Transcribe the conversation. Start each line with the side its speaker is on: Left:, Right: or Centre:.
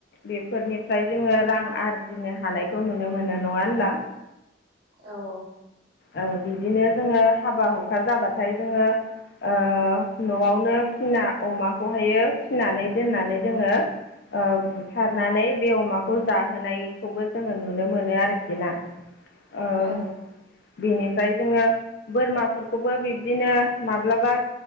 Left: बेफोरनिफ्राय जोङो रां आरजिनो हानायखौ नुनो मोनो नङा होनब्ला?
Right: औ औ
Left: ओ बिदिनो जोङो हाबा हुखा जाबाथाय जोङो ओ न'आवनो फिना अमाखौहायो फिनानै दोननानै जोङो ओ बुथारनानै बे अमाखौ जाहोनायखौबो जोङो नुनो मोनो आरोखि ना। ओम
Right: औ
Left: बेनिफ्राय जोङो बोरमाफोरखौबो बिब्दिनो माब्लाबा